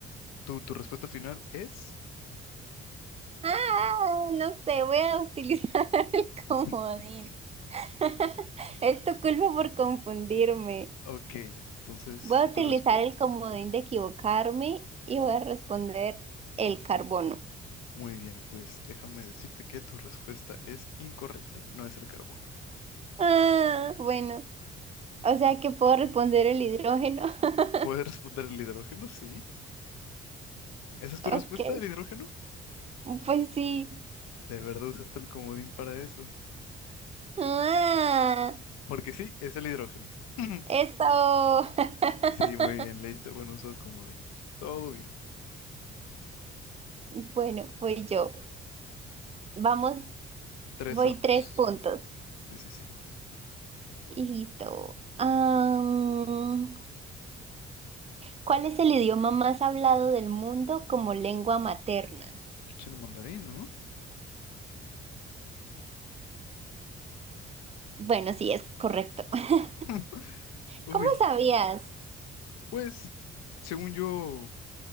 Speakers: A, on the left (about 60°); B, on the right (about 20°).
A: ¿Tu, tu respuesta final es?
B: Ah, no sé, voy a utilizar <laughs> el comodín.
A: <laughs>
B: <laughs> Es tu culpa por confundirme.
A: Ok. Entonces,
B: Voy a utilizar
A: tu respuesta...
B: el comodín de equivocarme y voy a responder el carbono.
A: Muy bien, pues déjame decirte que tu respuesta es incorrecta. No es el carbono.
B: Ah, bueno. O sea que puedo responder el hidrógeno. <laughs>
A: ¿Puedes responder el hidrógeno? Sí. ¿Esa es tu
B: Ok.
A: respuesta, el hidrógeno?
B: Pues sí.
A: De verdad usaste el comodín para eso.
B: Ah,
A: Porque sí, es el hidrógeno. <laughs>
B: eso. <laughs>
A: Sí, muy bien, le diste buen uso al comodín. Todo bien.
B: Bueno, voy yo. Vamos,
A: tres
B: voy
A: a dos,
B: tres puntos.
A: Sí, sí, sí.
B: Y listo. Am, ¿cuál es el idioma más hablado del mundo como lengua materna?
A: El chino mandarín, ¿no?
B: Bueno, sí, es correcto. <laughs>
A: <laughs> Uy,
B: ¿Cómo sabías?
A: pues, según yo,